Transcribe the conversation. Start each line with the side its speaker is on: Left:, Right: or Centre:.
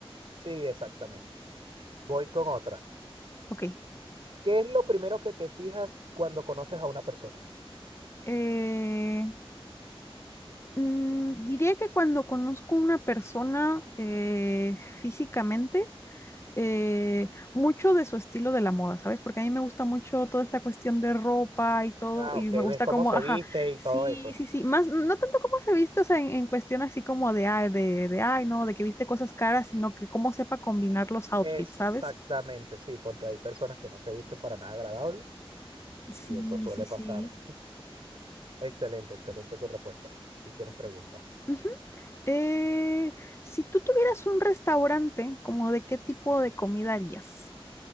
Right: Sí, exactamente. Voy con otra.
Left: Ok.
Right: ¿Qué es lo primero que te fijas cuando conoces a una persona?
Left: Eh, mm, diría que cuando conozco a una persona eh, físicamente, eh, mucho de su estilo de la moda, ¿sabes? Porque a mí me gusta mucho toda esta cuestión de ropa y todo,
Right: Ah,
Left: y
Right: ok,
Left: me gusta
Right: ves cómo
Left: como,
Right: se
Left: ajá,
Right: viste y
Left: sí,
Right: todo eso.
Left: sí, sí, más, no tanto como se viste, o sea, en, en cuestión así como de, ay, de, de, ay, no, de que viste cosas caras, sino que cómo sepa combinar los outfits,
Right: Exactamente,
Left: ¿sabes?
Right: sí, porque hay personas que no se visten para nada agradable
Left: Sí,
Right: y eso suele
Left: sí,
Right: pasar.
Left: sí.
Right: <laughs> Excelente, excelente tu respuesta. Si quieres pregunta.
Left: Ujú. Eh, si tú tuvieras un restaurante, ¿como de qué tipo de comida harías?